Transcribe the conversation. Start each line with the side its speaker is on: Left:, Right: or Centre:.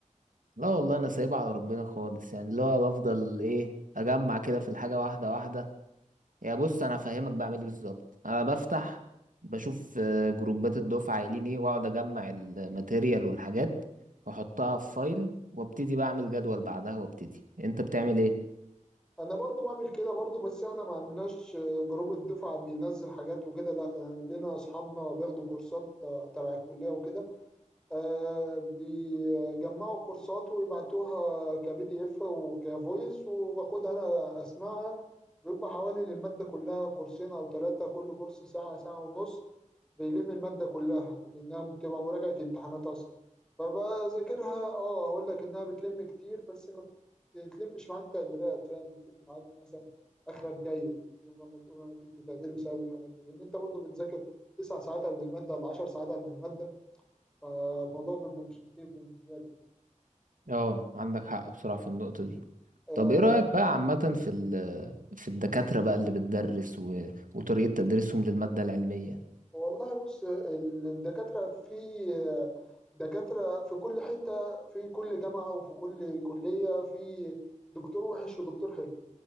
Right: لا والله أنا سايبها على ربنا خالص يعني اللي هو بفضل إيه أجمع كده في الحاجة واحدة واحدة يا بص أنا هفهمك بعمل إيه بالظبط أنا بفتح بشوف آه، جروبات الدفعة قايلين إيه وأقعد أجمع الماتيريال والحاجات وأحطها في فايل وابتدي بعمل جدول بعدها وابتدي أنت بتعمل إيه؟
Centre: انا برضه بعمل كده برضه بس احنا ما عندناش اه، جروب الدفعه بينزل حاجات وكده لا اه، لنا اصحابنا بياخدوا كورسات اه، تبع الكليه وكده آه بيجمعوا الكورسات ويبعتوها كبي دي اف وكفويس وباخدها انا اسمعها بيبقى حوالي للمادة كلها كورسين او ثلاثة كل كورس ساعة ساعة ونص بيلم المادة كلها لانها بتبقى مراجعة امتحانات اصلا فبذاكرها اه هقول لك انها بتلم كتير بس ما بتلمش معاك تقديرات فاهم بتلم معاك مثلا اخرك جيد يوم لما تقول انا جبت تقدير بسبب الحاجات دي لان انت برضو بتذاكر تسع ساعات قبل المادة ولا عشر ساعات قبل المادة فالموضوع بيبقى مش لطيف بالنسبة لي
Right: اه عندك حق بصراحة في النقطة دي
Centre: آه
Right: طب ايه رأيك بقى عامة في ال- في الدكاترة بقى اللي بتدرس و... وطريقة تدريسهم للمادة العلمية
Centre: والله بص ال- الدكاترة في آه، دكاترة في كل حتة في كل جامعة وفي كل كلية في دكتور وحش ودكتور حلو